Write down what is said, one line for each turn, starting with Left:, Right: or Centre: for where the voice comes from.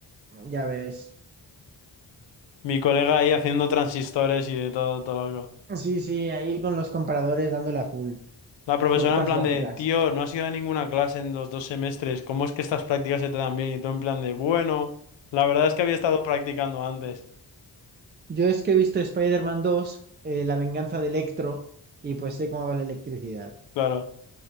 Right: Ya ves.
Left: Mi colega ahí haciendo transistores y de todo, todo loco.
Right: Sí, sí, ahí con los compradores dándole a full.
Left: La profesora
Right: Puertas
Left: en plan
Right: lógicas.
Left: de, tío, no has ido a ninguna clase en los dos semestres, ¿cómo es que estas prácticas se te dan bien? Y tú en plan de, bueno, la verdad es que había estado practicando antes.
Right: Yo es que he visto Spider-Man 2, eh, La venganza de Electro, y pues sé cómo va la electricidad.
Left: Claro.